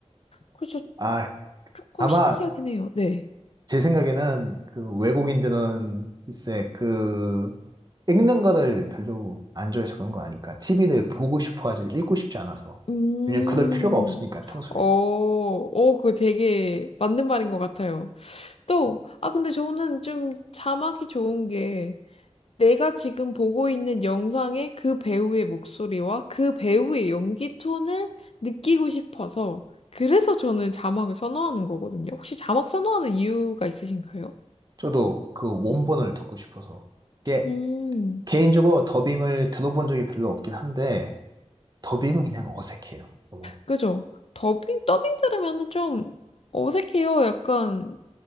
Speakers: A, on the left; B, on the right.
A: 그래서
B: 아
A: 조금
B: 아마
A: 신기하긴 해요. 네.
B: 제 생각에는 그 외국인들은 글쎄 그 읽는 거를 별로 안 좋아해서 그런 거 아닐까. TV를 보고 싶어 하지 읽고 싶지 않아서.
A: 음,
B: 왜냐면 그럴 필요가 없으니까 평소에.
A: 어, 어, 그 되게 맞는 말인 것 같아요. 또, 아, 근데 저는 좀 자막이 좋은 게 내가 지금 보고 있는 영상의 그 배우의 목소리와 그 배우의 연기 톤을 느끼고 싶어서 그래서 저는 자막을 선호하는 거거든요. 혹시 자막 선호하는 이유가 있으신가요?
B: 저도 그 원본을 듣고 싶어서. 이게
A: 음,
B: 개인적으로 더빙을 들어본 적이 별로 없긴 한데 더빙은 그냥 어색해요. 너무.
A: 그죠. 더빙, 더빙 들으면은 좀 어색해요. 약간